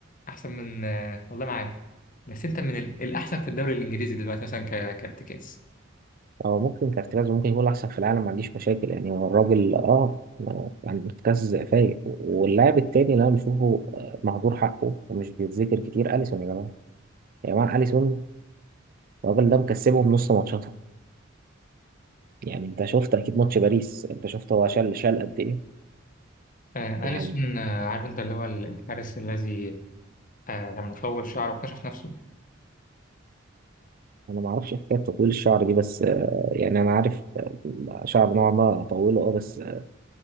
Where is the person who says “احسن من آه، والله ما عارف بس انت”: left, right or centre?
Left